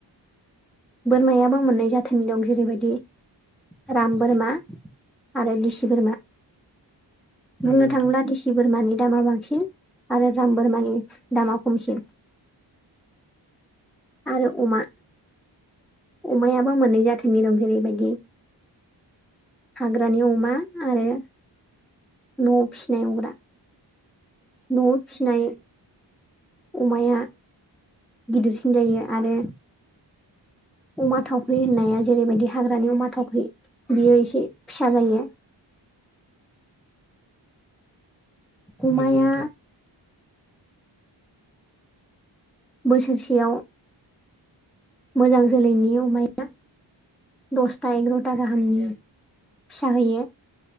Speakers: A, in the centre; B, on the left.
A: बोरमायाबो मोन्नै जाथोनि दं जेरैबायदि दि राम बोरमा आरो दिसि बोरमा। बुंनो
B: नंगौ
A: थाङोब्ला
B: नोंथां
A: दिसि बोरमानि दामा बांसिन। आरो राम बोरमानि दामा खमसिन। आरो अमा अमायाबो मोननै जाथिनि दं जेरैबायदि हाग्रानि अमा आरो न'आव फिसिनाय अमा। न'आव फिसिनाय अमाया गिदिरसिन जायो आरो अमा थावख्रि होननाया जेरैबायदि हाग्रानि अमा थावख्रि बियो एसे फिसा जायो। अमाया
B: नंगौ नोंथां
A: बोसोरसेयाव मोजां जोलैनि अमाया दसथा एग्र'था गाहामनि फिसा होयो।